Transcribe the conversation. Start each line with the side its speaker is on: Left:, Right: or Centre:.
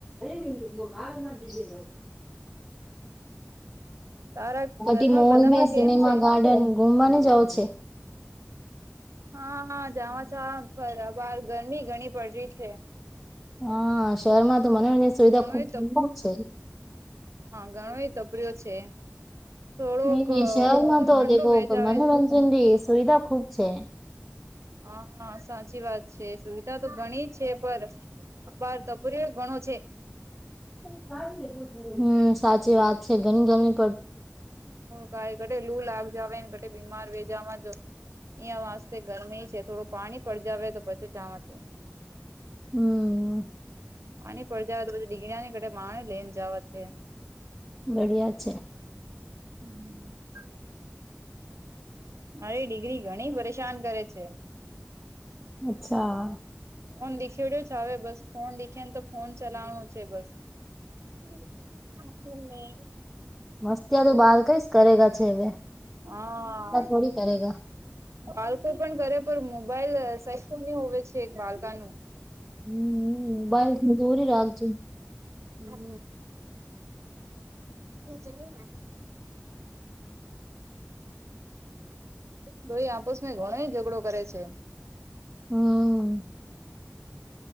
Centre: ન ના દીજે
Right: તારા ઘરમાં
Centre: <inaudible> તિ <inaudible> મોલ
Right: બધામાં
Centre: સિનેમા
Right: કેમ છે
Centre: ગાર્ડન ગુમને જાઉ છે.
Right: હા હા જાવા જાવા જ બાર ગરમી ઘણી પડ રહી છે.
Centre: હા, શહેરમાં તો મનોરંજન સુવિધા
Right: ઘણોય
Centre: ખુબ જ છે.
Right: ઘણો એ તપર્યો છે. થોડોક
Centre: હમ, શહેરમાં
Right: મોસમ
Centre: તો
Right: ઠંડો
Centre: દેખો
Right: વેજાવે
Centre: મનોરંજનની સુવિધા ખુબ છે.
Right: હા સાચી વાત છે સુવિધા તો ઘણી છે. પર આ ભાર તપર્યો ઘણો છે.
Centre: <unintelligible> હમ સાચી વાત છે ઘણી ઘણી
Right: કાઈ કટે લુ લાગ જાવે આવેને ક બીમાર વેજાવા જો. અહીં વાસ્તે ગરમી છે. થોડું પાણી પડજાવે તો પછું જાવા છે.
Centre: હમ
Right: પાણી પડ તોધી દિગરીયા ની ક માણા લઈને જવા છે.
Centre: બઢિયા છે.
Right: હમમ અરે દિગરી ઘણી પરેશાન કરે છે.
Centre: અચ્છા!
Right: ફોન દેખેડ્યો છે. હવે બસ ફોન દીખે ને તો ફોન ચલાવનો છે બસ. હમ અને
Centre: મસ્તિયા તો બાર કઈશ કરેગ છે
Right: હા
Centre: થોડી કરેગ.
Right: બાળકો પણ કરે પણ મોબાઈલ સાઈફની હોવે છે એક બાળકાનું
Centre: હમ મોબાઈલથી દૂરી રાખજે
Right: <inaudible> હમ <inaudible> તો એ આપોસમાં ઘણો ઝઘડો કરે છે.
Centre: હમ.